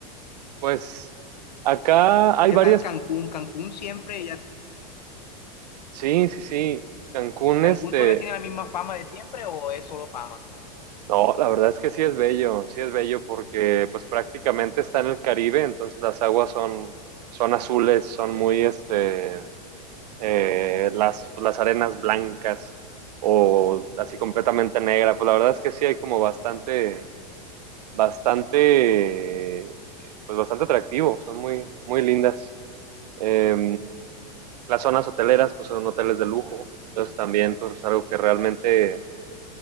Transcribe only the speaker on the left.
¿Qué
tal Cancún? ¿Cancún siempre, ya,
Cancún
todavía tiene la misma fama de siempre o es solo fama?